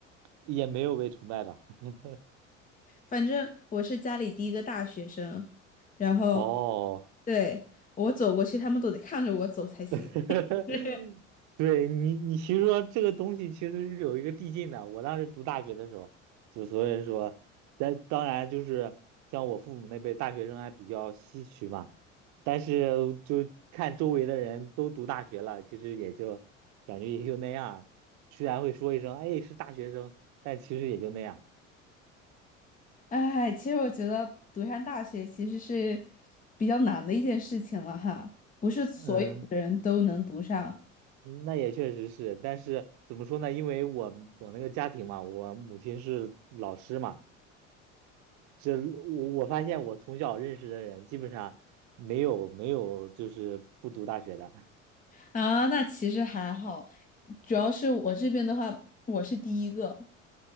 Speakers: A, on the right; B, on the left.
A: 也没有被崇拜吧。<laughs>
B: 反正我是家里第一个大学生，然后
A: 哦，
B: 对我走过去，他们都得看着我走才行。
A: <laughs>
B: <laughs>
A: 对你，你其实说这个东西其实是有一个递进的。我当时读大学的时候，就所以说，但当然就是像我父母那辈大学生还比较稀缺嘛，但是就看周围的人都读大学了，其实也就感觉也就那样儿。虽然会说一声“哎，是大学生”，但其实也就那样。
B: 哎，其实我觉得读上大学其实是比较难的一件事情了哈，不是所有的人都能读上
A: 嗯，那也确实是，但是怎么说呢？因为我我那个家庭嘛，我母亲是老师嘛。这我我发现我从小认识的人基本上没有没有就是不读大学的，<laughs>
B: 啊。那其实还好，主要是我这边的话，我是第一个，